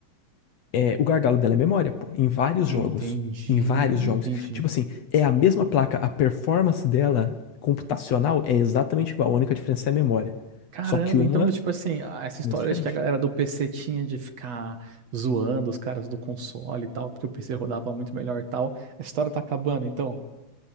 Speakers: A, on the left; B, on the right.
A: é, o gargalo dela é memória, pô, em vários
B: Entendi,
A: jogos. Em vários jogos.
B: entendi.
A: Tipo assim, é a mesma placa, a performance dela computacional é exatamente igual. A única diferença é a memória.
B: Caramba,
A: Só que uma
B: então, do
A: é
B: tipo assim, ah, essa história
A: muito diferente.
B: de que a galera do PC tinha de ficar zoando os caras do console e tal, porque o PC rodava muito melhor e tal, a história tá acabando, então.